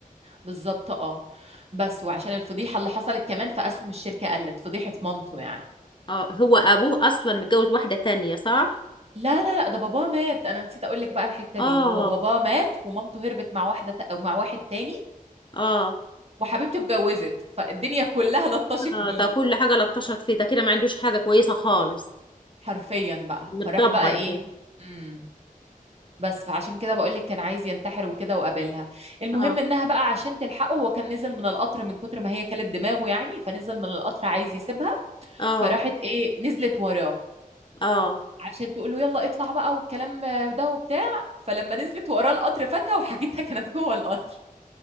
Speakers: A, on the right; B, on the left.
A: بالظبط اه بس وعشان الفضيحة اللي حصلت كمان فأسهم الشركة قلت فضيحة مامته يعني
B: اه هو ابوه اصلا متجوز واحده تانية صح
A: لا لا لا ده باباه مات انا نسيت اقول لك بقى الحتة
B: اه
A: دي هو باباه مات ومامته هربت مع واحدة ت- أو مع واحد تاني
B: اه
A: وحبيبته اتجوزت فالدنيا كلها لطشت
B: اه
A: بيه
B: ده كل حاجه لطشت فيه ده كده ما عندوش حاجه كويسه خالص
A: حرفيا بقى
B: متدمر
A: فراح بقى ايه
B: دي
A: امم بس فعشان كده بقول لك كان عايز ينتحر وكده وقابلها المهم
B: اه
A: انها بقى عشان تلحقه هو كان نزل من القطر من كتر ما هي كلت دماغه يعني فنزل من القطر عايز يسيبها
B: اه
A: فراحت ايه نزلت وراه
B: اه
A: عشان تقول له يلا اطلع بقى والكلام ده وبتاع فلما نزلت وراه القطر فاتها وحاجتها كانت جوه القطر